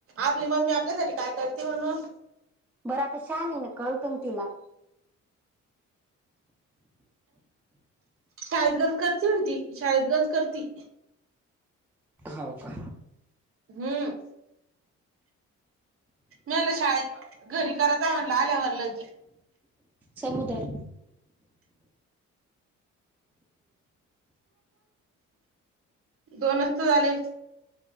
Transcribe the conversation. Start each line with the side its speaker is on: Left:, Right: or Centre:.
Right: आपली मम्मी आपल्यासाठी काय करते म्हणून
Centre: बरं आता शनिवार ना कळतं ना तिला
Right: शायदगज करते ना ती शायद गज करती
Centre: होव का
Right: हम्म मला शाळेत घरी करायचा म्हटलं आल्यावर लगी
Centre: समुदर
Right: दोनचं तर झाले